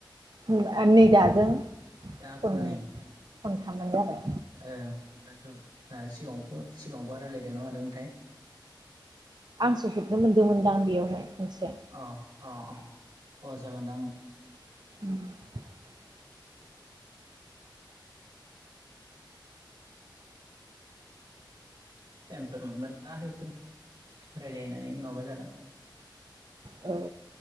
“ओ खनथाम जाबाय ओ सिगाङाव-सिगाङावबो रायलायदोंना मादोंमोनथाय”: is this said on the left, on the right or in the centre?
Right